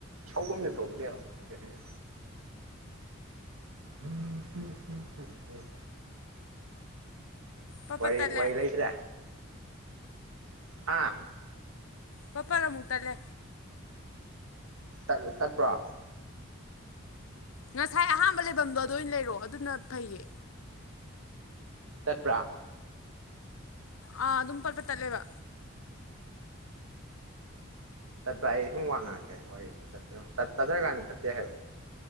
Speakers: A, on the right; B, on the left.
A: ꯁꯧꯕꯝꯗꯤ ꯊꯣꯛꯇꯦꯕ ꯃꯊꯛꯇꯅꯤꯅ ꯎꯝ ꯍꯨꯝ ꯍꯨꯝ ꯍꯨꯝ ꯍꯨꯝ
B: ꯄꯠ
A: ꯋꯥꯔꯤ
B: ꯄꯠ ꯇꯠꯂꯦ
A: ꯋꯥꯔꯤ ꯂꯩꯇ꯭ꯔꯦ ꯍꯥ
B: ꯄꯄꯥꯠ ꯑꯃꯨꯛ ꯇꯠꯂꯦ
A: ꯇꯠ ꯇꯠꯄ꯭ꯔꯣ
B: ꯉꯁꯥꯏ ꯑꯍꯥꯟꯕ ꯂꯩꯕꯝꯗꯣ ꯑꯗꯨ ꯑꯣꯏ ꯂꯩꯔꯛꯑꯣ ꯑꯗꯨꯅ ꯐꯩꯌꯦ
A: ꯇꯠꯄ꯭ꯔꯥ
B: ꯑꯥ ꯑꯗꯨꯝ ꯄꯠ ꯄꯠ ꯇꯠꯂꯦꯕ
A: ꯇꯠꯄ꯭ꯔꯥ ꯑꯩ ꯁꯨꯝ ꯋꯥ ꯉꯥꯡꯉꯛꯀꯦ ꯋꯥꯔꯤ ꯇꯠꯄ꯭ꯔꯥ ꯌꯦꯡꯉꯣ ꯇꯠ ꯇꯠꯇ꯭ꯔꯥꯀꯥꯟꯗ ꯇꯠꯇꯦ ꯍꯥꯏꯔꯛꯑꯣ